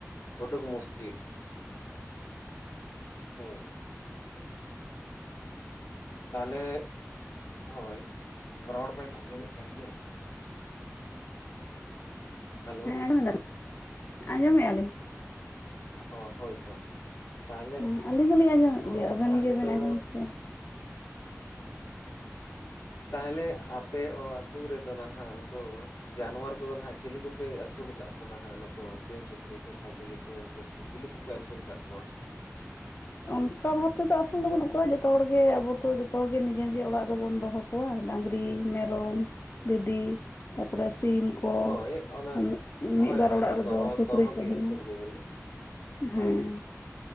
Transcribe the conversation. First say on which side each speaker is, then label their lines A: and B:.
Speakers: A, on the left (about 85°); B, on the left (about 45°).
A: ᱩᱰᱩᱠ ᱢᱩᱥᱼᱼ ᱞᱤᱞ ᱦᱩᱸ ᱛᱟᱦᱚᱞᱮ ᱦᱳᱭ ᱨᱚᱲ ᱵᱮᱱ ᱟᱸᱡᱚᱢᱮᱫ ᱠᱟᱱ ᱜᱮᱭᱟ? ᱦᱮᱞᱳ
B: ᱦᱮᱸ ᱟᱸᱡᱚᱢ ᱫᱟᱞᱤᱧ ᱟᱸᱡᱚᱢᱮᱫᱼᱟ ᱞᱤᱧ
A: ᱚ ᱦᱳᱭ ᱛᱚ ᱛᱟᱦᱚᱞᱮ
B: ᱦᱮᱸ ᱟᱹᱞᱤᱧ ᱫᱚᱞᱤᱧ ᱟᱸᱡᱚᱢᱮᱫ
A: ᱦᱳᱭ
B: ᱜᱮᱭᱟ ᱟᱵᱮᱱ
A: ᱛᱟᱦᱞᱮ
B: ᱜᱮᱵᱮᱱ
A: ᱫᱚ
B: ᱟᱸᱡᱚᱢ ᱥᱮ
A: ᱛᱟᱦᱚᱞᱮ ᱟᱯᱮ ᱚ ᱟᱹᱛᱩ ᱨᱮᱫᱚ ᱱᱟᱦᱟᱜ ᱩᱱᱠᱩ ᱡᱟᱱᱣᱟᱨ ᱠᱚᱫᱚ ᱱᱟᱦᱟᱜ ᱪᱤᱞᱤ ᱠᱚᱯᱮ ᱟᱹᱥᱩᱞ ᱟᱹᱥᱩᱞ ᱠᱟᱜ ᱠᱚᱣᱟ ᱱᱟᱦᱟᱜ ᱱᱩᱠᱩ ᱥᱤᱢ ᱥᱩᱠᱨᱤ ᱠᱚ ᱥᱮ ᱪᱤᱞᱤ ᱠᱚ ᱩᱱᱠᱩ ᱪᱤᱞᱤ ᱠᱚᱯᱮ ᱟᱹᱥᱩᱞ ᱠᱟᱜ ᱠᱚᱣᱟ <inaudible>
B: ᱚᱱᱠᱟ ᱵᱷᱟᱵᱛᱮᱫᱚ ᱟᱹᱥᱩᱞ ᱫᱚ ᱵᱟᱹᱱᱩᱜ ᱠᱚᱣᱟ ᱡᱚᱛᱚ ᱦᱚᱲᱜᱮ ᱟᱵᱚ ᱛᱚ ᱡᱚᱛᱚ ᱜᱮ ᱱᱤᱡᱮ ᱱᱤᱡᱮ ᱚᱲᱟᱜ ᱨᱮᱵᱚᱱ ᱫᱚᱦᱚ ᱠᱚᱣᱟ᱾ ᱰᱟᱹᱝᱨᱤ, ᱢᱮᱨᱚᱢ, ᱵᱷᱤᱰᱤ, ᱛᱟᱯᱚᱨᱮ ᱥᱤᱢ ᱠᱚ
A: ᱦᱳᱭ ᱚᱱᱟ
B: ᱢᱮᱫ ᱢᱤᱫ
A: ᱦᱳᱭ
B: ᱵᱟᱨ
A: ᱦᱳᱭ
B: ᱚᱲᱟᱜ
A: ᱚᱱᱟ
B: ᱨᱮᱫᱚ
A: ᱫᱚᱦᱚ
B: ᱥᱩᱠᱨᱤ
A: ᱫᱚᱦᱚ
B: ᱠᱚᱦᱚᱸ
A: ᱜᱮ ᱟᱹᱥᱩᱞ ᱦᱩᱭ ᱵᱚᱞᱮ ᱦᱳᱭ
B: ᱦᱮᱸ
A: ᱦᱳᱭ